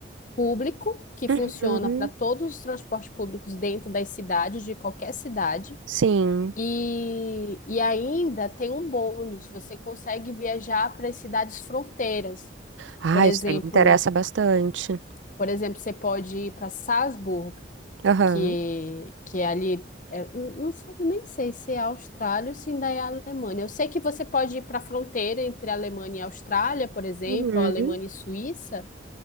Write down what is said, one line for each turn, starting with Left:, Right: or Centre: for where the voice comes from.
Left: público que funciona
Right: Uhum.
Left: para todos os transportes públicos dentro das cidades, de qualquer cidade.
Right: Sim.
Left: E, e ainda tem um bônus, você consegue viajar para as cidades fronteiras.
Right: Ah,
Left: Por exemplo,
Right: isso aí me interessa bastante.
Left: por exemplo, você pode ir para Salzburg
Right: Aham.
Left: que, que é ali. é, n- não sabe, nem sei se é Austrália ou se ainda é Alemanha. Eu sei que você pode ir para a fronteira entre Alemanha e Austrália, por exemplo,
Right: Uhum.
Left: ou Alemanha e Suíça,